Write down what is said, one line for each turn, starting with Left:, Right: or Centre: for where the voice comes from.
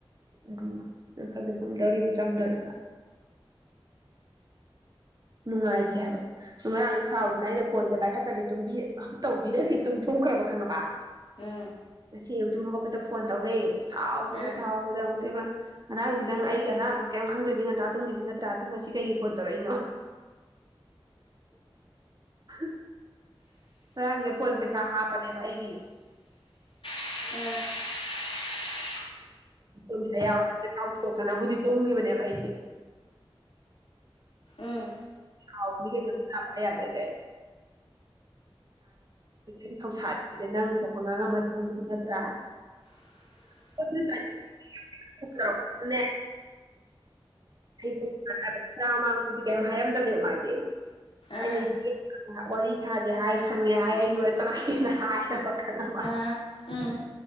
Right: ꯎꯝ ꯅ ꯈꯪꯗ ꯄꯨꯨꯝꯗꯣꯔꯤꯕ ꯆꯪꯗꯣꯔꯤꯕ ꯅꯨꯡꯉꯥꯏꯇꯦ ꯍꯥꯏꯕ ꯉꯔꯥꯡꯗꯣ ꯁꯥꯎꯗꯅ ꯑꯩꯅ ꯐꯣꯟꯁꯦ ꯄꯥꯏꯈꯠꯇꯕꯤ ꯇꯨꯝꯕꯤ ꯇꯧꯕꯤꯗꯕꯤ ꯇꯨꯝꯊꯣꯛꯈ꯭ꯔꯕ ꯈꯪꯉꯕ
Left: ꯎ
Right: ꯉꯁꯤ ꯑꯌꯨꯛꯇꯨꯝꯕ ꯈꯣꯠꯄꯗ ꯐꯣꯟ ꯇꯧꯔꯦ ꯁꯥꯎꯕꯗ
Left: ꯑꯥ
Right: ꯁꯥꯎꯕꯗ ꯑꯃꯨꯛꯇꯃ ꯉꯔꯥꯡꯗꯤ ꯅꯪ ꯑꯩꯒꯤ ꯑꯅꯥꯕ ꯀꯩꯝ ꯈꯪꯗꯣꯏꯕꯤ ꯉꯟꯇꯥ ꯇꯨꯡꯒꯤꯕ ꯅꯠꯇ꯭ꯔꯥ ꯑꯗꯨ ꯉꯁꯤ ꯀꯩꯒꯤ ꯐꯣꯟ ꯇꯧꯔꯛꯏꯅꯣ <unintelligible> ꯉꯔꯥꯡꯁꯦ ꯐꯣꯟ ꯄꯩꯁꯥ ꯍꯥꯞꯄꯅꯦꯕ ꯑꯩꯒꯤ
Left: ꯎꯝ
Right: ꯨꯝꯁ ꯌꯥꯎꯋꯦ ꯍꯥꯏꯦ ꯀꯥꯎꯊꯣꯛꯇꯅꯕꯨꯗꯤ ꯇꯨꯝꯈꯤꯕꯅꯦꯕ ꯑꯩꯁꯦ
Left: ꯎꯝ
Right: ꯑꯗꯨꯥꯎ ꯀꯄꯥꯏ ꯌꯥꯗꯒꯦ ꯔꯤ ꯊꯧꯁꯥꯗꯒꯤꯗ ꯅꯪ ꯊꯣꯛꯄ ꯉꯥꯡꯉꯝꯝꯕ ꯃꯇꯝꯪꯒꯤꯗ ꯅꯠꯇ꯭ꯔꯥ
Left: <unintelligible>
Right: ꯣ ꯍꯩ ꯍꯥꯏꯕ ꯍꯖꯥꯡ ꯑꯃꯥꯡꯕꯨꯗꯤ ꯀꯩꯝ ꯍꯥꯏꯔꯝꯗꯕꯅꯦꯕ ꯃꯥꯁꯦ ꯑꯩꯅ
Left: ꯑꯥ
Right: ꯏꯆꯦ ꯋꯥꯔꯤ ꯁꯥꯥꯁꯦ ꯍꯥꯏ ꯁꯪꯉꯦ ꯍꯥꯏ ꯑꯩ ꯂꯣꯏꯔ ꯇꯧꯔꯛꯀꯦꯅ ꯍꯥꯏꯔꯕ ꯈꯪꯉꯕ
Left: ꯑꯥ ꯎꯝ